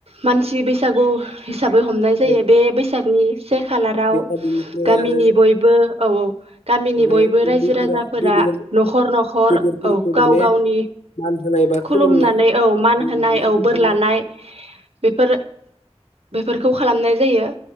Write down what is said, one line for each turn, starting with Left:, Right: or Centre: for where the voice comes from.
Right: मानसि बैसागु हिसाबै हमनाय जायो।
Left: आरो
Right: बे बैसागनि से खालाराव
Left: बेहा बेनिफ्राय
Right: गामिनि
Left: आरो
Right: बयबो औ औ गामिनि
Left: माने
Right: बयबो रायजो
Left: उन्दैफोरा
Right: राजाफोरा
Left: गेदेर
Right: नखर नखर
Left: गेदेरफोरखौ
Right: औ गाव
Left: माने
Right: गावनि
Left: मान होनाय बा
Right: खुलुमनानै
Left: खुलुमनाय
Right: औ मान
Left: बोर
Right: होनाय
Left: लानाय
Right: औ
Left: बिदि
Right: बोर लानाय बेफोर बेफोरखौ खालामनाय जायो।